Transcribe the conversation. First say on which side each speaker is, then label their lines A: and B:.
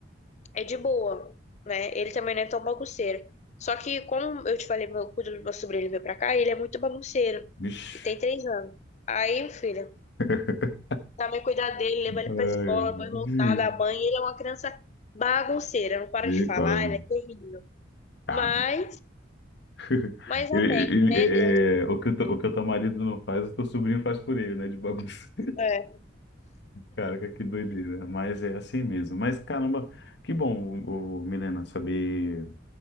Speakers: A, on the left; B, on the left.
A: é de boa, né? Ele também não é tão bagunceiro. Só que, como eu te falei, meu, quando meu sobrinho veio pra cá, ele é muito bagunceiro.
B: Vixe.
A: Ele tem três anos. Aí, filho.
B: <laughs>
A: também cuidar dele, levar ele
B: Ai,
A: pra
B: ai.
A: escola, depois voltar, dar banho. Ele é uma criança bagunceira, não para
B: Misericórdia.
A: de falar, ele é terrível.
B: Cara.
A: Mas,
B: <laughs>
A: mas
B: Ele,
A: amém, né?
B: ele- é,
A: Deus?
B: é, o que o, teu- o que o teu marido não faz, o teu sobrinho faz por ele, né? De bagunça.
A: É,
B: Cara que doideira. Mas é assim mesmo. Mas caramba, que bom, o, Milena, saber,